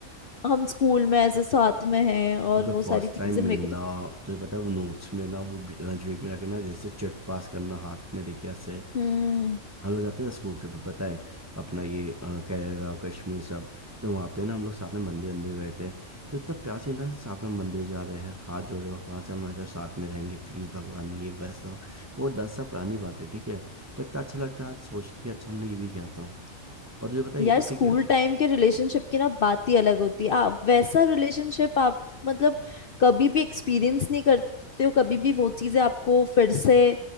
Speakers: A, on the left (about 55°); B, on the right (about 15°).
A: हम स्कूल में ऐसे साथ में हैं और
B: अबे
A: वो
B: फर्स्ट
A: सारी चीजें
B: टाइम मिलना
A: मेरे को तो
B: तुझे पता है वो नोट्स में ना वो लंच ब्रेक में जाके ना जैसे चिट पास करना हाथ में देके ऐसे
A: हम्म
B: हम लोग जाते थे स्कूल ट्रिप पे पता है अपना ये अ, केरला कश्मीर सब तो वहाँ पे ना हम लोग साथ में मंदिर अंदर गए थे तो इतना प्यार से था साथ में मंदिर जा रहे हैं हाथ जोड़े भगवान से हम हमेशा साथ में रहेंगे प्लीज़ भगवान ये वैसा वो दस साल पुरानी बात है ठीक है पर इतना अच्छा लगता है आज सोच के कि अच्छा हमने ये भी किया था और तुझे पता है
A: यार
B: ये तो
A: स्कूल
B: ठीक है
A: टाइम के रिलेशनशिप की ना बात ही अलग होती है आ, वैसा रिलेशनशिप आप मतलब कभी भी एक्सपीरियंस नहीं करते हो कभी भी वो चीजें आपको फिर से